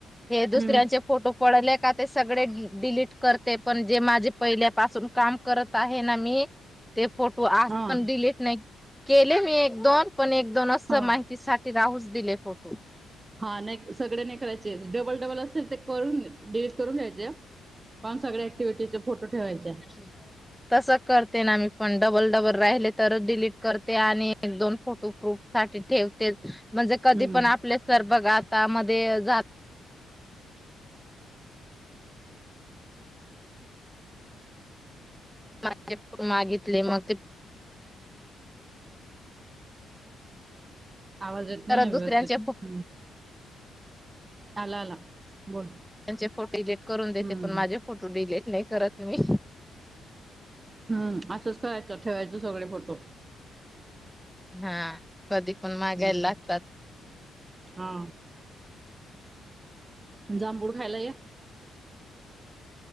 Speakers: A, in the centre; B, on the right (about 25°).
A: हे दुसऱ्यांचे
B: हम्म
A: फोटो पडले का ते सगळे डिलीट करते पण जे माझे पहिल्यापासून काम करत आहे ना मी ते फोटो आज
B: हा
A: पण डिलीट नाही केले मी एक दोन पण एक दोन असं
B: हो
A: माहिती सा राहूस दिले फोटो
B: हा नाही सगळे नाही करायचे डबल डबल असतील ते करून डिलीट करून घ्यायचे. पण सग्या क्टिव्हिटीचे फोटो ठेवायचे.
A: ह तस करते ना मी पण डबल डबल राहिले तरच डिलीट करते आणि एक दोन फोटो प्रूफ साठी ठेवते म्हणजे कधी
B: हम्म.
A: पण आपले सर बघ आतामध्येध्ये माे मागितले मग ते
B: आवाज येत नाही
A: परत
B: व्यवस्थित
A: दुसऱ्यांचे
B: आला आला बोल.
A: त्यांचे फोटो डिलिट करून देते
B: हम्म
A: पण माझे फोटो डिलीट नाही करत मी
B: हम्म असंच करायचं ठेवायचं सगळे फोटो
A: हा कधी पण मागायला
B: हम्म
A: लागतात.
B: हा. जांबूड खायला ये.